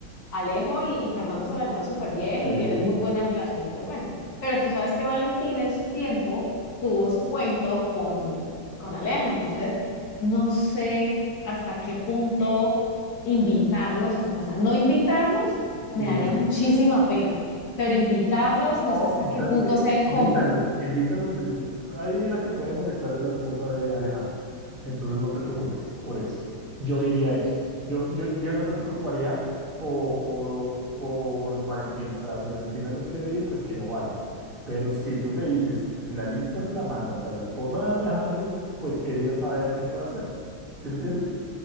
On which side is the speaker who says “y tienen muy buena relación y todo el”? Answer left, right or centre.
Left